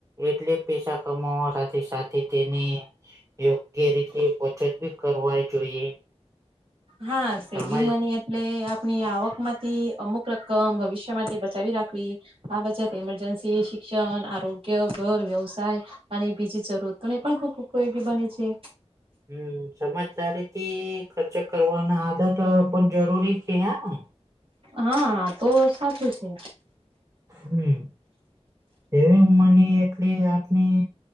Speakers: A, on the right (about 30°); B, on the right (about 55°).
A: એટલે પેસા કમાવા સાથે સાથે તેને યોગ્ય રીતે બચત બી કરવા જોઈએ.
B: હા, સેવિંગ
A: સમજ
B: મની એટલે આપની આવકમાંથી અમુક રકમ ભવિષ્ય માટે બચાવી રાખવી. આ બચત ઇમરજન્સી, શિક્ષણ, આરોગ્ય, ઘર વ્યવસાય અને બીજી જરૂરતો ને પણ ખૂબ ઉપયોગી બને છે.
A: હમ્મ. સમજદારીથી ખર્ચ કરવાના આદતો પણ જરૂરી છે હાન.
B: હા, આ તો સાચું છે.
A: હમ્મ. સેવિંગ મની એટલી આપની